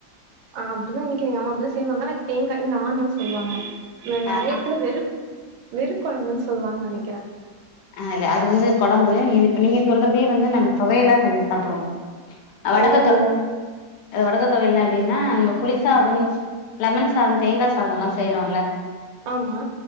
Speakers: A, on the right; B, on the left.
A: ஆ அப்படிதா இன்னிக்கு எங்க அம்மா அப்படிதா செய்வாங்க லைக் தேங்கா இங்க ஆணும்ன்னு சொல்லுவாங்க ந நெறைய
B: ஆ
A: எடத்துல வெறு வெறு கொழம்புன்னு சொல்லுவாங்கன்னு நெனைக்கிறே
B: ஆ இல்ல அது வந்து கொழம்பு இது இப்ப நீங்க சொல்றதே வந்து நாங்க தொவையலா செஞ்சி சாப்புடுவோ வடகத்தொவ
A: ஓ
B: வடகதொவையல்னா எப்டி எப்படின்னா நம்ம புளி சாதம் லமன் சாதம் தேங்கா சாதோல்ல செய்றோம்ல
A: ஆமா